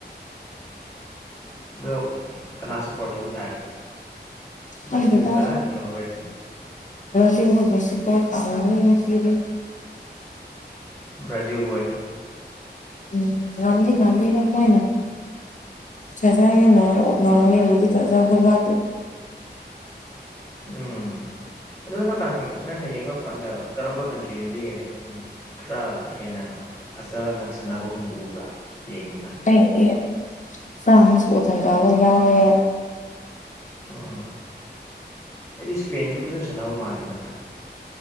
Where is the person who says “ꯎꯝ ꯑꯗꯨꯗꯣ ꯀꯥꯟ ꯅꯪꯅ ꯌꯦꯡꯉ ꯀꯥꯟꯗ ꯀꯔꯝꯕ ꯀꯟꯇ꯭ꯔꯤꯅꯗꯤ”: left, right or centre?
Left